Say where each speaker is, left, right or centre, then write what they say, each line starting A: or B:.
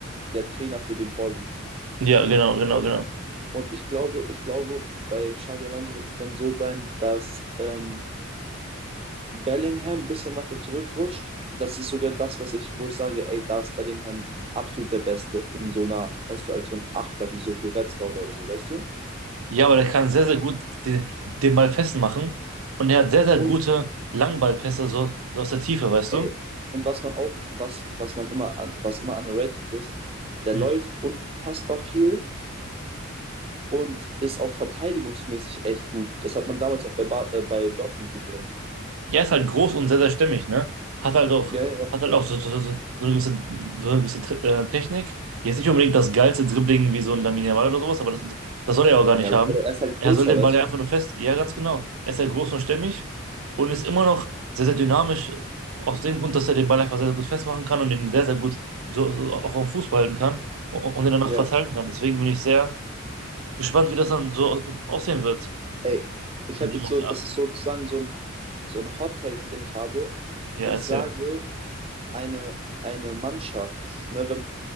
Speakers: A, on the right; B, on the right.
A: der Trainer für den vorsieht.
B: Ja, genau, genau,
A: Und,
B: genau.
A: und ich glaube, ich glaube, bei Xavi Alonso wird es dann so sein, dass ähm, Bellingham ein bisschen weiter zurückrutscht. Das ist sogar das, was ich, wo ich sage, ey, da ist Bellingham absolut der Beste in so einer, weißt du, als so ein Achter, wie so Goretzka oder so, weißt du?
B: Ja, aber der kann sehr, sehr gut den, den Ball festmachen und er hat sehr, sehr
A: Und
B: gute Langballpässe so, so aus der Tiefe, weißt
A: Ey,
B: du?
A: und was man auch, was, was man immer, an- was immer underrated ist, der
B: Hm.
A: läuft unfassbar viel und ist auch verteidigungsmäßig echt gut. Das hat man damals auch bei, Bar äh, bei Dortmund gesehen.
B: Ja, ist halt groß und sehr, sehr stimmig, ne? Hat halt auch,
A: Ja, ja, ja.
B: hat halt auch so, so, so, so eine gewisse, so eine gewisse Tri- äh, Technik. Jetzt nicht unbedingt das geilste Dribbling wie so ein Lamine Yamal oder sowas, aber das, das soll er ja auch gar
A: Ja,
B: nicht haben.
A: okay, aber er ist halt
B: Er
A: größer,
B: soll den
A: weißt
B: Ball ja
A: du?
B: einfach nur fest. Ja, ganz genau. Er ist ja groß und stämmig und ist immer noch sehr, sehr dynamisch, aus dem Grund, dass er den Ball einfach sehr, sehr gut festmachen kann und den sehr, sehr gut so, so auch am Fuß behalten kann und, und den danach
A: Ja.
B: verteilen kann. Deswegen bin ich sehr gespannt, wie das dann so aussehen wird
A: Ey, ich
B: mit
A: habe
B: dem
A: jetzt
B: auf
A: so,
B: der
A: das
B: Acht.
A: ist sozusagen so ein, so ein Hot-Take, den ich habe.
B: Ja,
A: Ich
B: erzähl.
A: sage, eine, eine Mannschaft, ne, wenn,